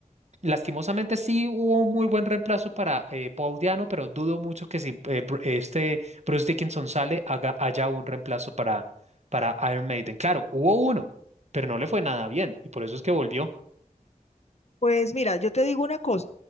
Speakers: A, on the right; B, on the left.
A: Lastimosamente sí hubo un muy buen reemplazo para eh, Paul Diano, pero dudo mucho que si eh, Bru- este Bruce Dickinson sale, haga, haya un reemplazo para, para Iron Maiden. Claro, hubo uno, pero no le fue nada bien y por eso es que volvió.
B: Pues mira, yo te digo una cosa,